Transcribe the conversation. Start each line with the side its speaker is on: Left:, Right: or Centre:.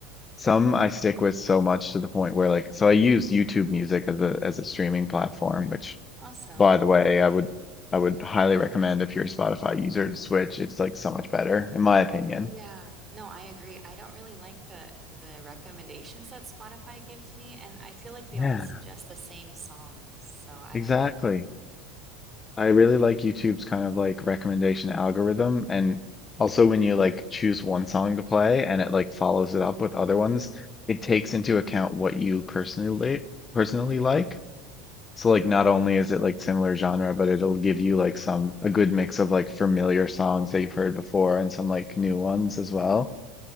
Left: Some I stick with so much to the point where like so I use YouTube Music as a as a streaming platform, which
Right: Awesome.
Left: by the way, I would I would highly recommend if you're a Spotify user to switch. It's like so much better, in my opinion.
Right: Oh yeah. No, I agree. I don't really like the the recommendations that Spotify gives me, and I feel like they
Left: Yeah.
Right: always suggest the same songs. So I
Left: Exactly.
Right: don't know. It,
Left: I really like YouTube's kind of like recommendation algorithm and also when you like choose one song to play and it like follows it up with other ones, it takes into account what you personally personally like. So like not only is it like similar genre, but it'll give you like some a good mix of like familiar songs that you've heard before and some like new ones as well.